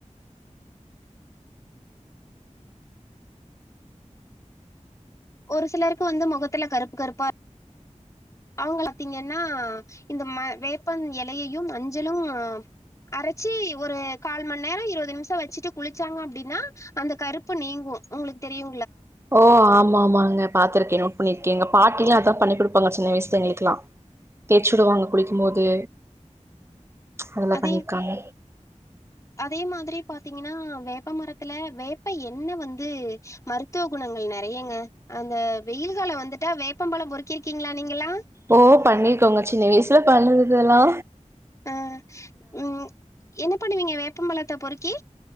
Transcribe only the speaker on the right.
ஓ ஆமா ஆமாங்க பாத்துருக்கே பொன்னிற்க்கேங்க பாட்டிலா அதான் பண்ணி குடுப்பாங்க சின்ன வயஸ்ல எங்களுக்குக்கெல்லா தேச்சு விடுவாங்க குளிக்கும்போது அதெல்லாம்
பண்ணிருக்காங்க
ஓ பண்ணிருக்கோங்க சின்ன வயசுல பண்ணுனது எல்லா